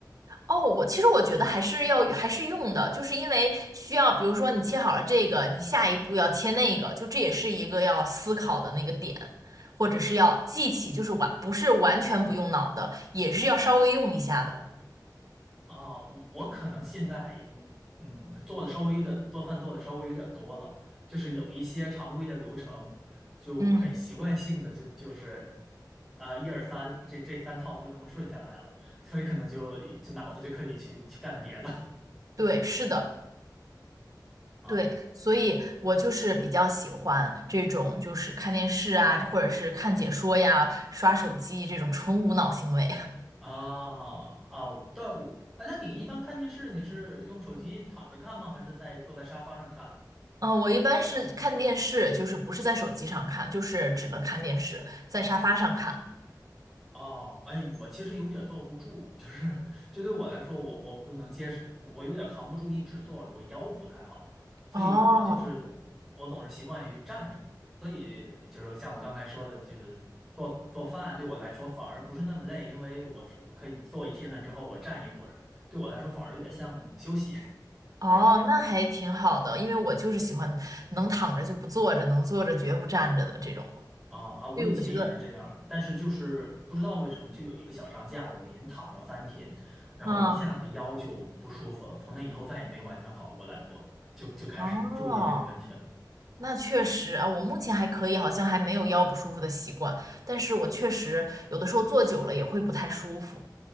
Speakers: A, on the right (about 55°); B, in the centre.
A: 哦，我其实我觉得还是要还是用的，就是因为需要，比如说你切好了这个，你下一步要切那个，就这也是一个要思考的那个点，或者是要记起，就是完不是完全不用脑的，也是要稍微用一下的。
B: 啊。我我可能现在我嗯做的稍微有点做饭做的稍微有点多了，就是有一些常规的流程就很习惯性的就就是
A: 嗯，
B: 呃一二三这这三套就这么顺下来了，所以可能就就脑子就可以去去干别的
A: 对，是的，
B: 啊。
A: 对，所以我就是比较喜欢这种，就是看电视啊，或者是看解说呀、刷手机这种纯无脑行为。
B: 啊啊！但我啊，那你一般看电视，你是用手机躺着看吗？还是在坐在沙发上看？
A: 嗯，我一般是看电视，就是不是在手机上看，就是只能看电视，在沙发上看。
B: 哦，哎，我其实有点坐不住，就是就对我来说，我我不能接受，我我有点扛不住一直坐着，我腰不太好，所以我就是我总是习惯于站着，
A: 哦
B: 所以就是像我刚才说的，就是做做饭对我来说反而不是那么累，因为我是我可以坐一天了之后我站一会儿，对我来说反而有点像休息。<laughs>
A: 哦，
B: 对。
A: 那还挺好的，因为我就是喜欢能躺着就不坐着，能坐着绝不站着的这种。
B: 啊啊！我以前也是这样儿但是就是不知道为什么，
A: 对，我觉得，
B: 就有一个小长假，我连躺了三天，然后一下子腰就不舒服了，
A: 嗯，
B: 从那以后再也没完全好过来过，就就开始注意这个问题了
A: 哦，那确实啊，我目前还可以，好像还没有腰不舒服的习惯，但是我确实有的时候坐久了也会不太舒服。